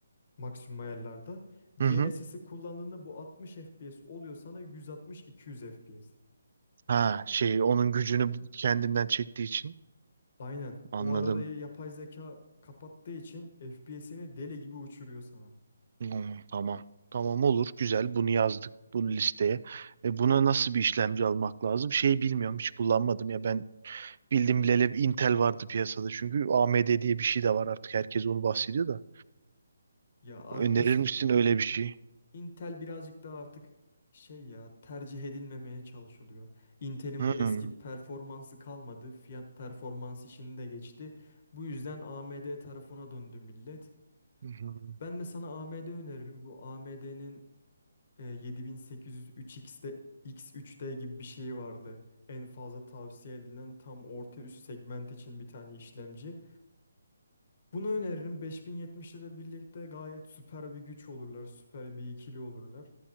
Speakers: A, on the left; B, on the right.
A: maksimum ayarlarda. DLSS'i
B: hı. hı.
A: kullandığında bu 60 FPS oluyor sana 160-200 FPS.
B: Ha şey onun gücünü kendinden çektiği için
A: Aynen.
B: anladım.
A: O arada yapay zeka kapattığı için FPS'ini deli gibi uçuruyor sana.
B: Hmm, tamam. Tamam olur güzel bunu yazdık bunu listeye. E, buna nasıl bir işlemci almak lazım? Şey bilmiyorum hiç kullanmadım ya ben bildim bileli Intel vardı piyasada çünkü AMD diye bir şey de var artık herkes onu bahsediyor da.
A: Ya a-
B: Önerir
A: es-
B: misin öyle bir şey?
A: Intel birazcık daha artık şey ya tercih edilmemeye çalışılıyor. Intel'in
B: Hmm.
A: bu eski performansı kalmadı. Fiyat performans işini de geçti. Bu yüzden AMD tarafına döndü millet.
B: Hı hı.
A: Ben de sana AMD öneririm. Bu AMD'nin 7800 3X'de X3D gibi bir şeyi vardı. En fazla tavsiye edilen tam orta üst segment için bir tane işlemci. Bunu öneririm. 5070'le de birlikte gayet süper bir güç olurlar. Süper bir ikili olurlar.